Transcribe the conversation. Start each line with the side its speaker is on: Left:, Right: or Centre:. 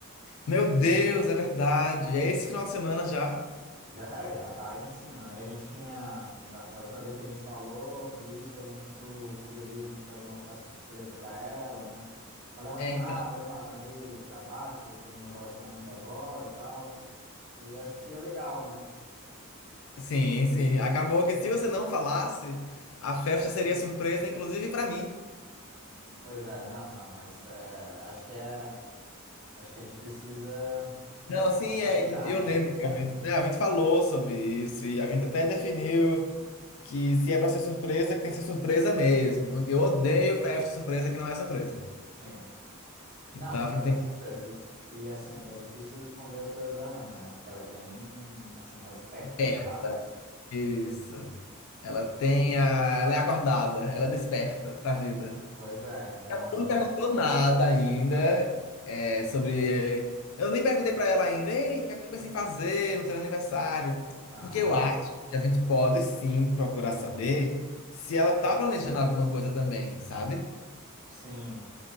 Left: Meu Deus, é verdade. É esse final de semana já?
Right: Já, é, já tá aí em cima, né? E a gente tinha, da- na última vez que a gente falou sobre isso, eu lembro que tu sugeriu a gente fazer uma festa surpresa pra ela, né? Pra dar uma
Left: É,
Right: animada,
Left: então.
Right: né? Ela tá meio pra baixo, porque terminou o relacionamento agora, tal. E acho que seria legal, né?
Left: Sim, sim. Acabou que se você não falasse, a festa seria surpresa, inclusive pra mim.
Right: Pois é, não, não, mas é, acho que é, acho que a gente precisa
Left: Não,
Right: é,
Left: sim,
Right: planejar
Left: é, e eu
Right: mesmo
Left: lembro
Right: alguma
Left: que
Right: coisa.
Left: a gente, né, a gente falou sobre isso e a gente até definiu que se é pra ser surpresa, que tem que ser surpresa mesmo, porque eu odeio
Right: assim.
Left: festa surpresa que não é surpresa.
Right: Sim.
Left: Então
Right: Não, sim,
Left: a gente
Right: é
Left: tem
Right: uma surpresa. E, e assim, é difícil esconder as coisas da Ana, né? Porque ela é bem, assim, ela é esperta,
Left: que
Right: ela saca.
Left: Isso. Ela
Right: E-
Left: tem a... Ela é acordada, ela é desperta pra vida.
Right: Pois é, então assim,
Left: Não me perguntou nada ainda é, sobre... Eu nem perguntei pra ela ainda, eita, o que é que tu pensa em fazer no teu aniversário?
Right: aham.
Left: Porque eu acho que a gente pode sim procurar saber se ela tá planejando alguma coisa também, sabe?
Right: Sim,